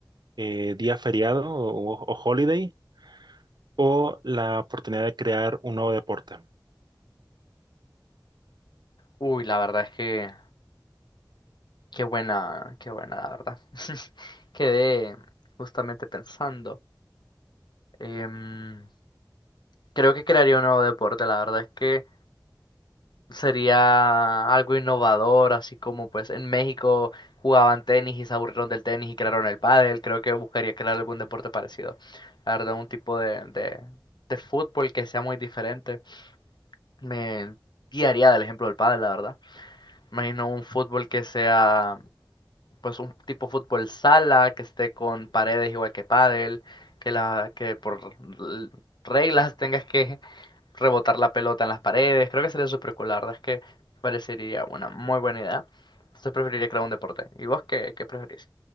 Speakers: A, on the right (about 70°); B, on the left (about 75°).
A: eh, día feriado o, o holiday o la oportunidad de crear un nuevo deporte?
B: Uy, la verdad es que qué buena, qué buena, la verdad. <laughs> Quedé justamente pensando. em, Creo que crearía un nuevo deporte, la verdad es que sería algo innovador, así como pues en México jugaban tenis y se aburrieron del tenis y crearon el pádel, creo que buscaría crear algún deporte parecido. La verdad, un tipo de, de, de fútbol que sea muy diferente. Me guiaría del ejemplo del pádel, la verdad. Imagino un fútbol que sea pues un tipo fútbol sala, que esté con paredes igual que pádel, que la que por l- reglas tengas que rebotar la pelota en las paredes. Creo que sería súper cool, la verdad es que parecería una muy buena idea. Entonces preferiría crear un deporte. ¿Y vos qué, qué preferís?